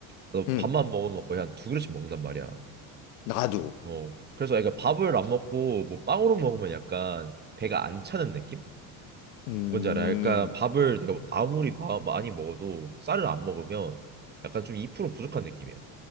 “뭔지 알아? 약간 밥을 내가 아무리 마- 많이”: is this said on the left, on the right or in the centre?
Right